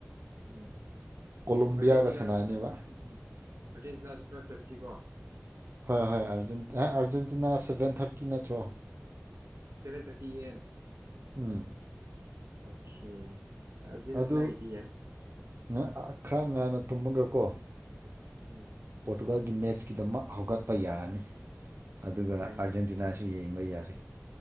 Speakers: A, on the right; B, on the right.
A: ꯎꯝ ꯑꯥꯔꯖꯦꯟꯇꯤꯅꯁꯨ
B: ꯀꯣꯂꯣꯝꯕꯤꯌꯥꯒ ꯁꯥꯟꯅꯅꯦꯕ
A: <unintelligible> ꯑꯥꯔꯖꯦꯟꯇꯤꯅꯥꯁꯨ ꯐꯥꯏꯕ ꯊꯥꯔꯇꯤ ꯀꯣ
B: ꯍꯣꯏ ꯍꯣꯏ ꯑꯥꯔꯖꯦꯟ ꯑꯩ ꯑꯥꯔꯖꯦꯟꯇꯤꯅꯥ ꯁꯚꯦꯟ ꯊꯥꯔꯇꯤ ꯅꯠꯇ꯭ꯔꯣ
A: seven thirty A M
B: um
A: okay ꯑꯥꯔꯖꯦꯟꯇꯤꯅꯥꯒꯤꯗꯤ
B: ꯑꯗꯨ
A: ꯌꯥꯏ
B: ꯉ ꯑꯥ ꯈꯔ ꯉꯥꯟꯟꯅ ꯇꯨꯝꯃꯒꯀꯣ
A: ꯎꯝ
B: ꯄꯣꯔꯇꯨꯒꯥꯜꯒꯤ ꯃꯦꯠꯆꯀꯤꯗꯃꯛ ꯍꯧꯒꯠꯄ ꯌꯥꯔꯅꯤ ꯑꯗꯨꯒ
A: ꯌꯥꯏ
B: ꯑꯥꯔꯖꯦꯟꯇꯤꯅꯥꯁꯨ ꯌꯦꯡꯕ ꯌꯥꯔꯦ